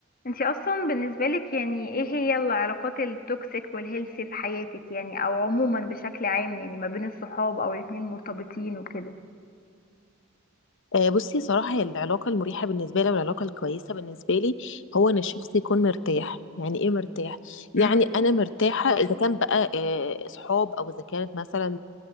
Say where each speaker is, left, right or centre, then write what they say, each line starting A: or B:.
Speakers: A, on the left (about 45°); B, on the left (about 60°).
A: انتي اصلا بالنسبة لك يعني ايه هي العلاقات التوكسيك والهيلثي في حياتك يعني او عموما بشكل عام يعني ما بين الصحاب او الاتنين المرتبطين وكده
B: آه، بصي صراحة هي العلاقة المريحة بالنسبة لي والعلاقة الكويسة بالنسبة لي هو إن الشخص يكون مرتاح يعني إيه مرتاح؟ يعني
A: امم
B: أنا مرتاحة إذا كان بقى آه، صحاب أو إذا كانت مثلا